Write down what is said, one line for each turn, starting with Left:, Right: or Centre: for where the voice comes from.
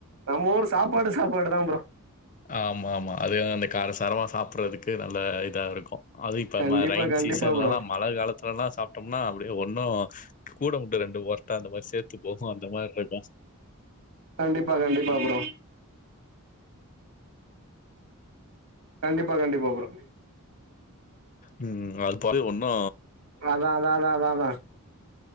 Right: நம்ம ஊரு சாப்பாடு சாப்பாடு தா ப்ரோ
Left: ஆமாம்மா அது அந்த கார சாரமா சாப்புட்றதுக்கு து நல்ல இதா இருக்கு அது இப்ப
Right: கண்டிப்பா,
Left: ம ரயின்
Right: கண்டிப்பா
Left: சீசன்லலா
Right: ப்ரோ.
Left: மழ காலத்துலலா சாப்ட்டம்னா அப்டியே ஒன்னு கூடவந்து ரெண்டு பொறட்டா அந்த மாரி சேத்து போகு அந்த மாரி இருக்கு
Right: கண்டிப்பா கண்டிப்பா ப்ரோ கண்டிப்பா கண்டிப்பா ப்ரோ
Left: ம் அத் <unintelligible> ஒன்னு
Right: அதா அதா அதா அதா அதா